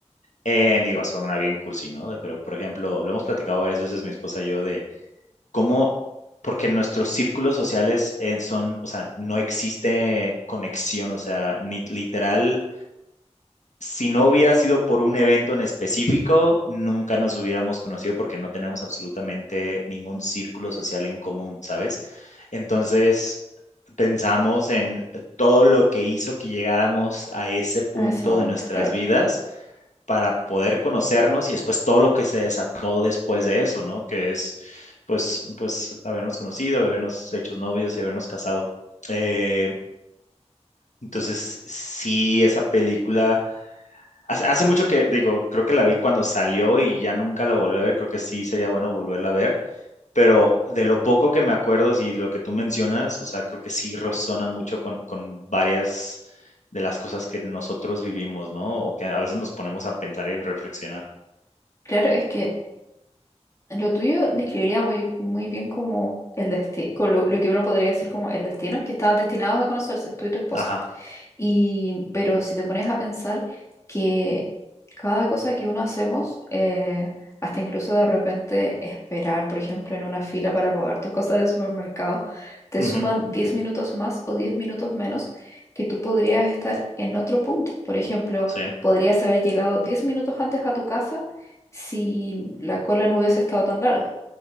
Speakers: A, on the left; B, on the left.
A: Eh, digo, suena bien cursi, ¿no? Pero, por ejemplo, lo hemos platicado varias veces mi esposa y yo de cómo, porque nuestros círculos sociales eh, son, o sea, no existe conexión, o sea, ni literal, si no hubiera sido por un evento en específico, nunca nos hubiéramos conocido porque no tenemos absolutamente ningún círculo social en común, ¿sabes? Entonces, pensamos en todo lo que hizo que llegáramos a ese punto
B: a ese momento,
A: de nuestras
B: claro.
A: vidas para poder conocernos y después todo lo que se desató después de eso, ¿no? Que es, pues, pues habernos conocido, habernos hecho novios y habernos casado. Eh, entonces, sí, esa película, hace, hace, mucho que, digo, creo que la vi cuando salió y ya nunca la volví a ver, creo que sí sería bueno volverla a ver, pero de lo poco que me acuerdo y sí, lo que tú mencionas, o sea, creo que sí resona mucho con, con varias de las cosas que nosotros vivimos, ¿no? O que a veces nos ponemos a pensar y reflexionar.
B: Claro, es que Lo tuyo describiría muy, muy bien como el destino, lo, lo que uno podría decir como el destino, que estaban destinados a conocerse, tú y tu esposa.
A: Ajá.
B: Y, pero si te pones a pensar que cada cosa que uno hacemos, eh, hasta incluso de repente esperar, por ejemplo, en una fila para pagar tus cosas del supermercado, te
A: Ujú,
B: suman 10 minutos más o 10 minutos menos que tú podrías estar en otro punto. Por ejemplo,
A: sí,
B: podrías haber llegado 10 minutos antes a tu casa si la cola no hubiese estado tan larga,